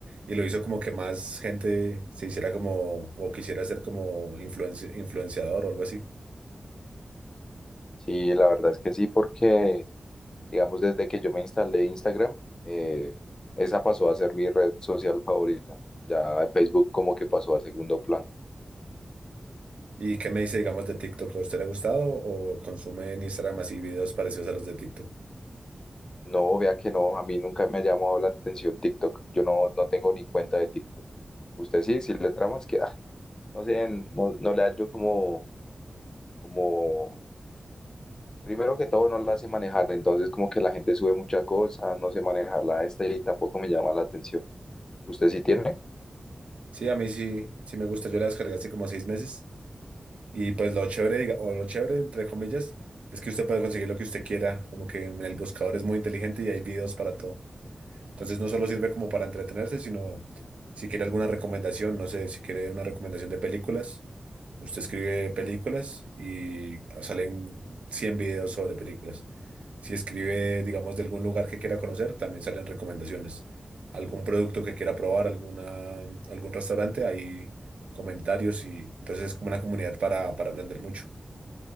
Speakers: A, on the right; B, on the left.
A: y lo hizo como que más gente se hiciera como o quisiera ser como influenci- influenciador o algo así.
B: Sí, la verdad es que sí, porque digamos desde que yo me instalé Instagram, eh, esa pasó a ser mi red social favorita. Ya Facebook como que pasó a segundo plano.
A: ¿Y qué me dice, digamos, de TikTok? ¿A usted le ha gustado o consume en Instagram así videos parecidos a los de TikTok?
B: No, vea que no, a mí nunca me ha llamado la atención TikTok. Yo no, no tengo ni cuenta de TikTok. Usted sí, si le tramas que, ah, no sé, no, no le hallo como, como, primero que todo no la hace manejar, entonces como que la gente sube mucha cosa, no sé manejarla esta y tampoco me llama la atención. ¿Usted sí tiene?
A: Sí, a mí sí, sí me gusta. Yo la descargué hace como seis meses Y pues lo chévere, diga- o lo chévere, entre comillas, es que usted puede conseguir lo que usted quiera, como que en el buscador es muy inteligente y hay videos para todo. Entonces no solo sirve como para entretenerse, sino si quiere alguna recomendación, no sé, si quiere una recomendación de películas, Usted escribe películas y ah, salen 100 videos sobre películas. Si escribe, digamos, de algún lugar que quiera conocer, también salen recomendaciones. Algún producto que quiera probar, alguna, algún restaurante, hay comentarios y entonces es como una comunidad para, para aprender mucho.